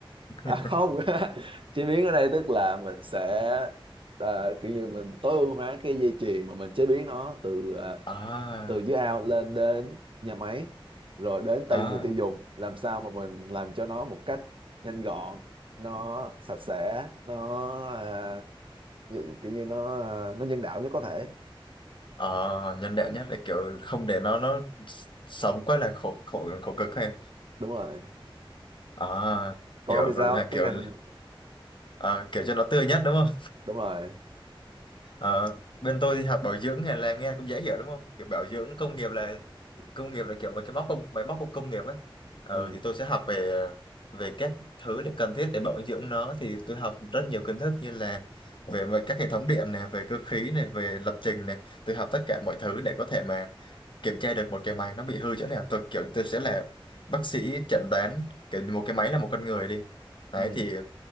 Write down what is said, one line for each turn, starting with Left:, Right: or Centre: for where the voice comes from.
Left: <laughs>
Right: à, không <laughs> chế biến ở đây tức là mình sẽ ờ, kiểu như mình tối ưu hóa cái dây chuyền mà mình chế biến nó từ ờ,
Left: à
Right: từ dưới ao lên đến nhà máy rồi đến tay
Left: à
Right: người tiêu dùng làm sao mà mình làm cho nó một cách nhanh gọn nó sạch sẽ nó ờ, kiểu kiểu như nó ờ, nó nhân đạo nhất có thể
Left: Ờ, nhân đạo nhất là kiểu không để nó nó s- sống quá là khổ khổ khổ cực hay
Right: đúng rồi
Left: à
Right: còn
Left: hiểu
Right: ông thì
Left: là
Right: sao cái
Left: kiểu
Right: ngành
Left: ờ, kiểu cho nó tươi nhất đúng không
Right: đúng rồi
Left: Ờ, bên tôi thì học bảo dưỡng này là nghe cũng dễ hiểu đúng không kiểu bảo dưỡng công nghiệp là công nghiệp là kiểu một cái móc công máy móc của công nghiệp ấy Ờ,
Right: ừ
Left: thì tôi sẽ học về về các thứ để cần thiết để bảo dưỡng nó thì tôi học rất nhiều kiến thức như là về, về các hệ thống điện này về cơ khí này về lập trình này tôi học tất cả mọi thứ để có thể mà kiểm tra được một cái máy nó bị hư chỗ nào tôi kiểu tôi sẽ là bác sĩ chẩn đoán kiểu như một cái máy là một con người đi đấy
Right: ừ
Left: thì